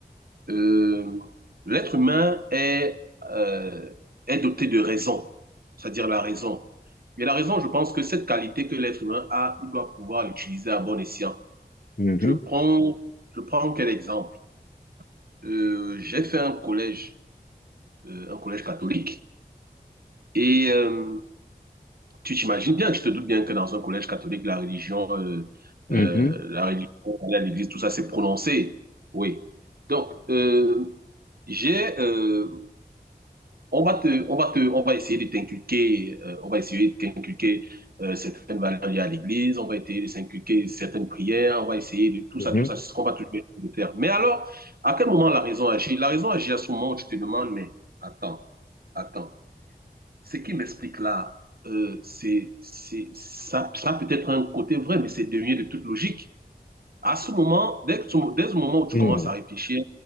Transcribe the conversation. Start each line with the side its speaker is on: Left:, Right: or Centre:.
Right: euh, l'être humain est, euh, est doté de raison, c'est-à-dire la raison. Et la raison, je pense que cette qualité que l'être humain a, il doit pouvoir l'utiliser à bon escient.
Left: mhm,
Right: Je prends, je prends quel exemple? Euh, j'ai fait un collège, euh, un collège catholique, et euh, tu t'imagines bien, tu te doutes bien que dans un collège catholique, la religion, euh,
Left: mhm.
Right: euh, la religion, aller à l'église, tout ça, c'est prononcé. Oui. Donc, euh, J'ai, euh, on va te, on va te, on va essayer de t'inculquer, euh, on va essayer de t'inculquer euh, certaines valeurs liées à l'Église, on va essayer de t'inculquer certaines prières, on va essayer de tout
Left: Mhm.
Right: ça, tout ça, c'est ce qu'on va toujours essayer de faire. Mais alors, à quel moment la raison agit? La raison agit à ce moment où tu te demandes, mais attends, attends, ce qui m'explique là, euh, c'est, c'est, ça, ça peut être un côté vrai, mais c'est devenu de toute logique. À ce moment, dès que tu- dès le moment où tu
Left: Mhm.
Right: commences à réfléchir,